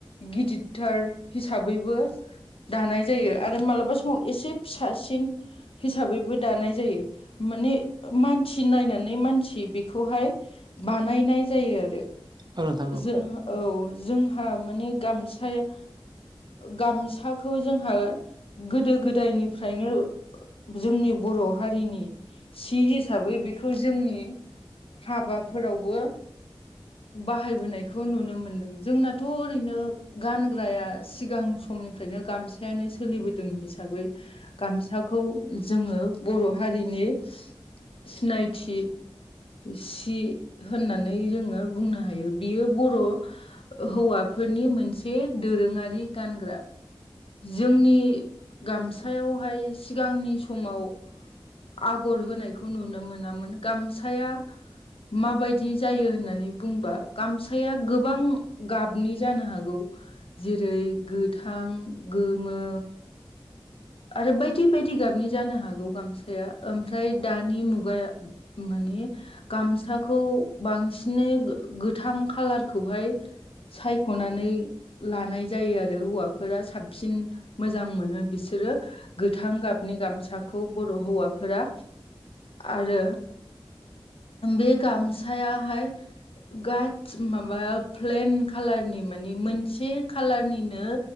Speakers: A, on the left (about 70°); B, on the right (about 50°).
A: गिदिरथार हिसाबैबो दानाय जायो आरो मालाबा समाव एसे फिसासिन हिसाबैबो दानाय जायो माने मानसि नायनानै मानसि बेखौहाय बानायनाय जायो आरो
B: औ नोंथां औ
A: जों औ जोंहा माने गामसाया गामसाखौ जोंहा गोदो गोदायनिफ्रायनो जोंनि बर' हारिनि सि हिसाबै बेखौ जोंनि हाबाफोरावबो बाहायबोनायखौ नुनो मोनदों जोंनाथ' ओरैनो गानग्राया सिगां समनिफ्रायनो गामस यानो सोलिबोदों हिसाबै गामसाखौ जोङो बर' हारिनि सिनायथि सि होननानै जोङो बुंनो हायो बियो बर' हौवाफोरनि मोनसे दोरोङारि गानग्रा जोंनि गामसायावहाय सिगांनि समाव आगर होनायखौ नुनो मोनामोन गामसाया माबायदि जायो होननानै बुंबा गामसाया गोबां गाबनि जानो हागौ जेरै गोथां गोमो आरो बायदि बायदि गाबनि जानो हागौ गामसाया ओमफ्राय दानि मुगाया माने गामसाखौ बांसिनै गोथां खालारखौहाय सायख'नानै लानाय जायो आरो हौवाफोरा साबसिन मोजां मोनो बिसोरो गोथां गाबनि गामसाखौ बर' हौवाफोरा आरो बे गामसायाहाय गास माबा प्लेन कालारनि मानि मोनसे खालारनिनो